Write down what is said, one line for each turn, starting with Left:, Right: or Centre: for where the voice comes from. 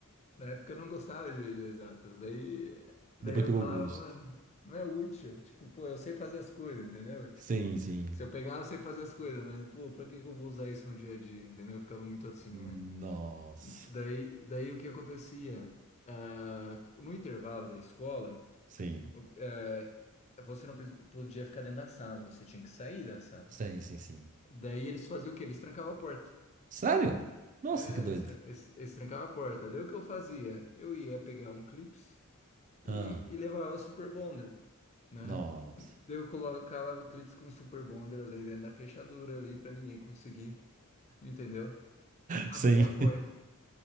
Left: Na época eu não gostava de, de exatas. Daí, daí
Right: Depois
Left: eu
Right: pegou
Left: falava,
Right: o gosto.
Left: mano, não é útil. Tipo, pô, eu sei fazer as coisas, entendeu? Tipo,
Right: Sim, sim.
Left: se eu pegar, eu sei fazer as coisas, mas, pô, pra que que eu vou usar isso no dia a dia, entendeu? Eu ficava muito assim,
Right: Nossa.
Left: né? Daí, daí o que acontecia? Ah, no intervalo da escola,
Right: Sim,
Left: o- eh, você não pre- podia ficar dentro da sala, você tinha que sair da sala.
Right: sim, sim, sim.
Left: Daí eles faziam o quê? Eles trancavam a porta.
Right: Sério? Nossa,
Left: É,
Right: que doido.
Left: eles, tran- eles, eles trancavam a porta. Daí o que eu fazia? Eu ia pegar um clips e,
Right: Ah,
Left: e levava Super Bonder, né?
Right: nossa.
Left: Daí Eu colocava clips com Super Bonder ali dentro da fechadura ali pra ninguém conseguir, entendeu? Abrir
Right: Sim.
Left: a porta.
Right: <laughs>